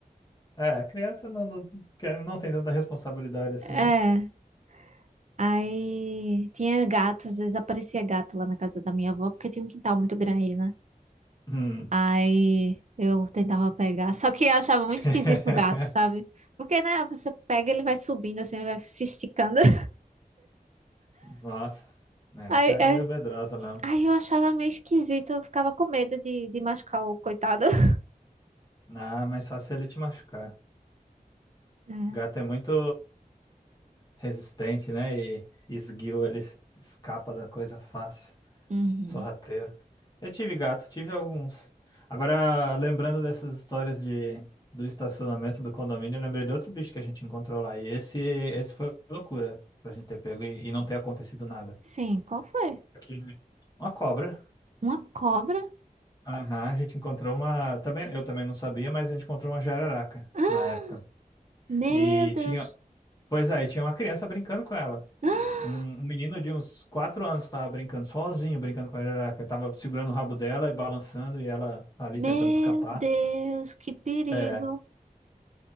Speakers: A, on the left (about 25°); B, on the right (about 50°).
A: É, criança não, não, quer- não tem tanta responsabilidade
B: <laughs>
A: assim,
B: É.
A: né?
B: Aí tinha gato, às vezes aparecia gato lá na casa da minha avó, porque tinha um quintal muito grande, né?
A: Hum.
B: Aí eu tentava pegar, <laughs> só que eu achava muito
A: <laughs>
B: esquisito o gato, sabe? Porque, né, você pega, ele vai subindo assim, ele vai se esticando. <laughs>
A: Nossa, né?
B: Aí,
A: Então era
B: é-
A: meio medrosa mesmo.
B: aí eu achava meio esquisito, eu ficava com medo de, de machucar o coitado. <laughs>
A: Ah, mas fácil ele te machucar.
B: É.
A: Gato é muito resistente, né? E esguio, ele se- se escapa da coisa fácil.
B: Uhum.
A: Sorrateiro. Eu tive gato, tive alguns. Agora, lembrando dessas histórias de, do estacionamento do condomínio, eu lembrei de outro bicho que a gente encontrou lá. E esse, esse foi loucura pra gente ter pego e, e não ter acontecido nada.
B: Sim, qual foi?
A: Que- Uma cobra.
B: Uma cobra?
A: Aham, a gente encontrou uma. Também, eu também não sabia, mas a gente encontrou uma jararaca
B: <gasps> Ah,
A: na época.
B: meu
A: E
B: Deus!
A: tinha. Pois aí, tinha uma criança brincando com ela.
B: <gasps>
A: Um, um menino de uns quatro anos estava brincando sozinho, brincando com a jararaca. Tava segurando o rabo dela e balançando, e ela ali
B: Meu
A: tentando escapar.
B: Deus, que perigo!
A: É.